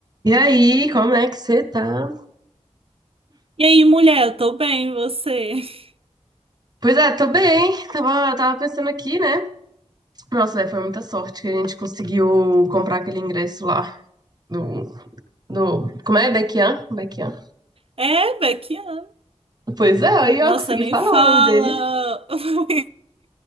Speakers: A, on the right; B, on the right.
A: E aí, como é que você tá?
B: E aí, mulher, eu tô bem, e você? <laughs>
A: Pois é, tô bem. Tava, tava pensando aqui, né? Nossa, é, foi muita sorte que a gente conseguiu comprar aquele ingresso lá do, do, como é? Baekhyun? Baekhyun.
B: É, Bequiana.
A: Pois é, aí eu
B: Nossa,
A: consegui
B: nem
A: falar
B: fala.
A: o nome dele.
B: <laughs>